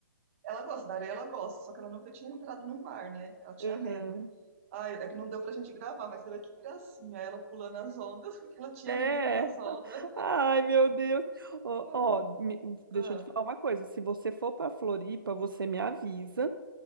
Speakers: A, on the right; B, on the right.
A: ela gosta, da areia ela gosta, só que ela nunca tinha entrado no mar, né? Ela tinha
B: Aham.
A: medo. Ai, é que não deu pra gente gravar, mas você vê que gracinha ela pulando as ondas, <laughs> porque ela tinha
B: É.
A: medo das ondas.
B: Ai, meu Deus. Ó,
A: É.
B: ó, me- deixa
A: Ah,
B: eu te falar uma coisa. Se você for pra Floripa, você me avisa,